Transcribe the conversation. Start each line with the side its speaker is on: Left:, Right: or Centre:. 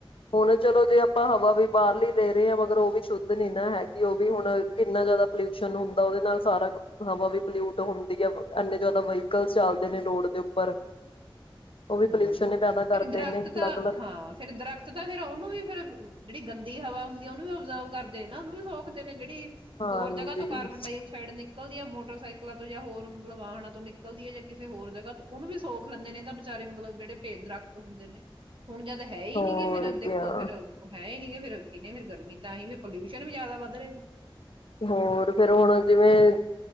Left: ਹੁਣ ਚਲੋ ਜੇ ਆਪਾਂ ਹਵਾ ਵੀ ਬਾਹਰਲੀ ਲੈ ਰਹੇ ਹਾਂ ਮਗਰ ਉਹ ਵੀ ਸ਼ੁੱਧ ਨਹੀਂ ਨਾ ਹੈਗੀ ਉਹ ਵੀ ਹੁਣ ਕਿੰਨਾ ਜ਼ਿਆਦਾ ਪੋਲਿਊਸ਼ਨ ਹੁੰਦਾ ਉਹਦੇ ਨਾਲ ਸਾਰਾ ਹਵਾ ਵੀ ਪੋਲਿਊਟ ਹੁੰਦੀ ਹੈ ਇੰਨੇ ਜ਼ਿਆਦਾ ਵਹੀਕਲਸ ਚੱਲਦੇ ਨੇ ਰੋਡ ਦੇ ਉੱਪਰ ਉਹ ਵੀ
Right: ਹੂੰ
Left: ਪੋਲਿਊਸ਼ਨ ਪੈਦਾ ਕਰਦੇ
Right: ਫਿਰ ਦਰਖਤ
Left: ਨੇ
Right: ਤਾਂ
Left: ਅਲੱਗ ਅਲੱਗ
Right: ਹਾਂ ਫੇਰ ਦਰਖਤ ਤਾਂ ਫੇਰ ਉਹਨੂੰ ਵੀ ਫਿਰ ਜਿਹੜੀ ਗੰਦੀ ਹਵਾ ਹੁੰਦੀ ਉਹਨੂੰ ਵੀ ਓਬਜਰਵ ਕਰਦੇ ਨੇ ਨਾ ਉਹਨੂੰ ਵੀ ਸੋਖਦੇ ਨੇ ਜਿਹੜੀ
Left: ਹਾਂਜੀ
Right: ਹੋਰ ਜਗ੍ਹਾ ਤੋਂ ਕਾਰਬਨ ਡਾਇਆਕਸਾਈਡ ਨਿਕਲ ਦੀ ਹੈ ਮੋਟਰਸਾਈਕਲਾਂ ਤੋਂ ਜਾਂ ਹੋਰ ਮਤਲਬ ਵਾਹਨਾਂ ਤੋਂ ਨਿਕਲਦੀ ਹੈ ਜਾਂ ਕਿਸੇ ਹੋਰ ਜਗ੍ਹਾ ਤੋਂ ਉਹਨੂੰ ਵੀ ਸੋਖ ਲੈਂਦੇ ਨੇ ਤਾਂ ਵਿਚਾਰੇ ਮਤਲਬ ਜਿਹੜੇ ਪੇਡ ਦਰਖ਼ਤ ਹੁੰਦੇ ਨੇ। ਹੁਣ ਜਦ ਹੈ ਹੀ
Left: ਹੋਰ
Right: ਨੀ ਗ ਫੇਰ ਦੇਖੋ
Left: ਕਿਆ
Right: ਫੇਰ ਹੈ ਹੀ ਨੀ ਗਏ। ਫੇਰ ਕੀ ਨੇ ਫਿਰ ਗਰਮੀ ਤਾਂ ਹੀ ਫਿਰ ਪੋਲਿਊਸ਼ਨ ਵੀ ਜ਼ਿਆਦਾ ਵੱਧ ਰਹੇ ਹੈ।
Left: ਹੋਰ ਫੇਰ ਹੁਣ ਜਿਵੇਂ